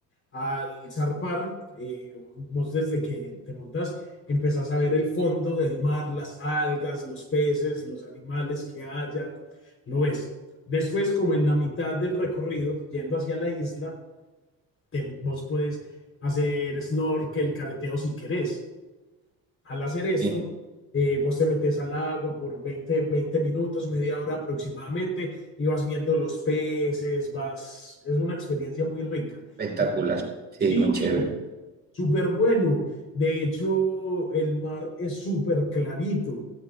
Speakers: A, on the left (about 40°); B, on the right (about 30°).
A: al zarpar, eh, vos desde que te montás, empezás a ver el fondo del mar, las algas, los peces, los animales que hayan, lo ves. Después, como en la mitad del recorrido, yendo hacia la isla, te- vos puedes hacer snorkel, careteo si querés. Al hacer esto,
B: Sí,
A: eh, vos te metes al agua por veinte veinte minutos, media hora aproximadamente, y vas viendo los peces, vas, es una experiencia muy rica.
B: espectacular.
A: Y
B: Sí,
A: sí,
B: muy chévere.
A: súper bueno. De hecho, el mar es súper clarito.